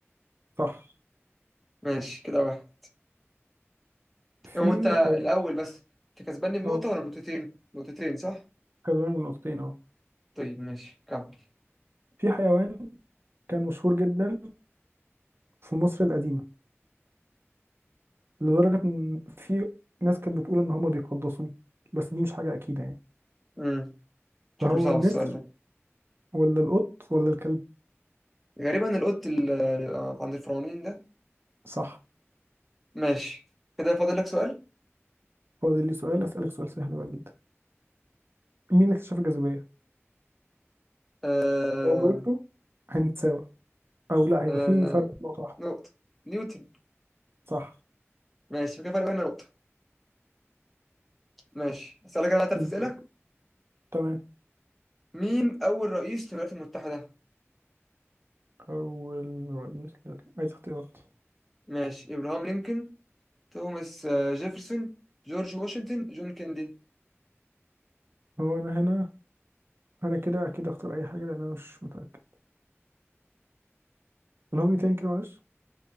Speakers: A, on the right; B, in the centre.
A: صح
B: ماشي كده واحد
A: في
B: هو انت
A: حيوان
B: الاول بس انت كسباني بنقطه
A: اه
B: ولا نقطتين نقطتين صح
A: كدوان من نقطتين اه
B: طيب ماشي كمل
A: في حيوان كان مشهور جدا في مصر القديمة لدرجة إن في ناس كانت بتقول إن هما بيقدسوه بس دي مش حاجة أكيدة يعني
B: امم
A: فهو
B: شكله صعب
A: النسر
B: السؤال ده
A: ولا القط ولا الكلب
B: غالبا القط اللي عند الفرعونين ده
A: صح
B: ماشي كده فاضل لك سؤال
A: فاضل لي سؤال أسألك سؤال سهل بقى جدا مين اللي اكتشف الجاذبية؟
B: آه...
A: لو جاوبته هنتساوي او لا هيبقى
B: آه...
A: في فرق نقطة واحدة
B: نقطه نيوتن
A: صح
B: ماشي كده فرق بيننا نقطه ماشي هسألك انا ثلاث اسئله
A: دورك تمام
B: مين اول رئيس للولايات المتحده
A: اول رئيس ل- عايز اختيارات
B: ماشي ابراهام لينكولن توماس آه، جيفرسون جورج واشنطن جون كيندي
A: هو انا هنا انا كده اكيد اختار اي حاجة لان انا مش متأكد الهوجي تاني كده معلش